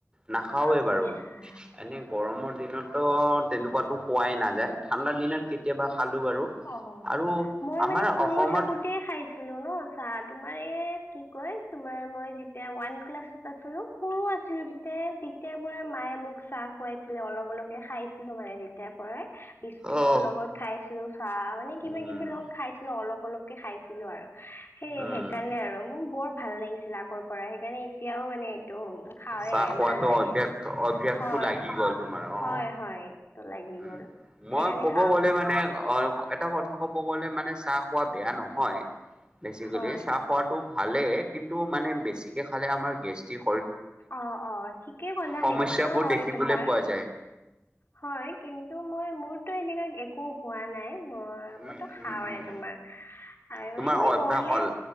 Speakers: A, on the right; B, on the left.
A: নাখাওৱে
B: আচ্ছা
A: বাৰু। এনে গৰমত দিনতো তেনেকুৱাতো খোৱাই নাযায়। ঠাণ্ডা দিনত কেতিয়াবা খালোঁ বাৰু
B: অ,
A: আৰু
B: মই
A: আমাৰ
B: মানে সৰু
A: অসমত
B: থাকোতে খাইছি লো ন চাহ। তোমাৰ এই কি কয় তোমাৰ মই যেতিয়া ওৱান ক্লাছত আছিলো, সৰু আছিলো তেতিয়া তেতিয়াৰ পৰা মায়ে মোক চাহ খুৱাইছিলে অলপ অলপকে খাইছিলো মানে তেতিয়াৰ পৰাই বিস্কুতৰ
A: অ',
B: লগত খাইছিলো চাহ। মানে কিবা
A: উম,
B: কিবি লগত খাইছিলো অলপ অলপ অলপ কে খাইছিলো আৰু সেই
A: উম,
B: সেইকাৰণে আৰু মোক বৰ ভাল লাগিছিল আগৰ পৰা সেইকাৰণে এতিয়াও মানে এইটো খাওঁৱে
A: চাহ খোৱাতো
B: ভাল লাগে
A: অভ্যসটো
B: হয়
A: লাগি গ'ল তোমাৰ অ
B: হয় হয় এইটো লাগি
A: উ
B: গ'ল
A: মই
B: সেইকাৰণে
A: ক'ব
B: খাওঁ
A: গলে মানে অ এটা কথা ক'ব গ'লে মানে চাহ খোৱা বেয়া নহয় বেছিকেলি
B: হয়
A: চাহ খোৱাতো ভালে কিন্তু মানে বেছিকে খালে আমাৰ গেষ্টিক
B: অ অ ঠিকেই ক'লা
A: সমস্যাবোৰ
B: সেইটোতো হয়
A: দেখিবলৈ
B: তোমাৰ
A: পোৱা যায়।
B: হয় কিন্তু মই মোৰতো এনেকুৱা একো হোৱা নাই অ মইতো
A: উম,
B: খাওঁয়ে
A: উম, উম,
B: তোমাৰ আৰু
A: তোমাৰ
B: এনেই
A: অভ্যাস
B: হলে
A: হ'ল